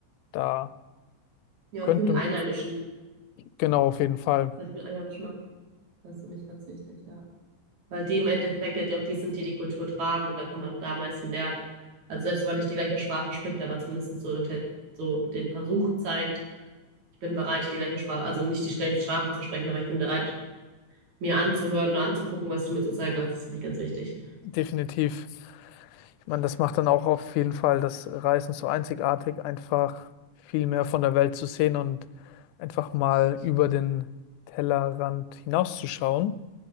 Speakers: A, on the left (about 85°); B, on the right (about 65°).
A: da
B: Ja,
A: könnte,
B: und viel mit Einheimischen,
A: genau, auf jeden Fall,
B: was ich mit Einheimischen mache, das ist für mich ganz wichtig, ja. Weil die im Endeffekt ja auch die sind, die die Kultur tragen und da kann man auch da am meisten lernen. Also selbst wenn man nicht die gleiche Sprache spricht, aber zumindest so, den- so den Versuch zeigt, ich bin bereit, die gleiche Sprache, also nicht die gleiche Sprache zu sprechen, aber ich bin bereit, mir anzuhören oder anzugucken, was du mir zu zeigen hast. Das finde ich ganz wichtig.
A: definitiv. Ich meine, das macht dann auch auf jeden Fall das Reisen so einzigartig, einfach viel mehr von der Welt zu sehen und einfach mal über den Tellerrand hinauszuschauen.